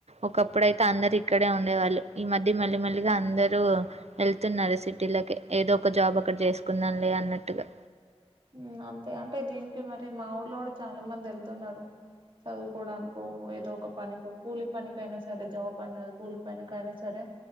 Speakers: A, on the right (about 80°); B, on the right (about 50°).
A: ఒకప్పుడు అయితే అందరు ఇక్కడే ఉండే వాళ్ళు ఈ మధ్య మేళ్ళ మేళ్ళగా అందరు వెళ్తున్నారు సిటీలకి ఏదో ఒక జాబ్ అక్కడ చేసుకుందాంలే అన్నట్టుగా
B: మ్ అంతే అంటే దీనికి మరి మా ఊర్లో కూడా చాలా మంది వెళ్తున్నారు చదువుకోవడానికో ఏదో ఒక పనికికో కూలి పనినికి అయినా సరే జాబ్ అని కాదు కూలి పనికైనా సరే